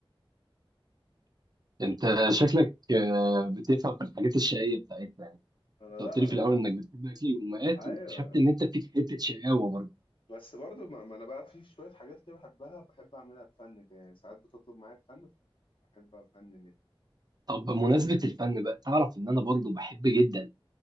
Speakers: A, on the right; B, on the left.
A: انت شكلك آه، بتفهم في الحاجات الشقيه بتاعتنا يعني
B: انا
A: انت قلت
B: لا
A: لي
B: أنا...
A: في الاول انك بتحب اكل الامهات
B: ايوه
A: واكتشفت ان انت فيك حته شقاوه برضه
B: بس برضو ما, ما انا بقى في شويه حاجات كده بحبها بحب اعملها بفن كده يعني ساعات بتطلب معايا بفن فبحب افنن يعني
A: طب بمناسبة الفن بقى تعرف إن أنا برضو بحب جدا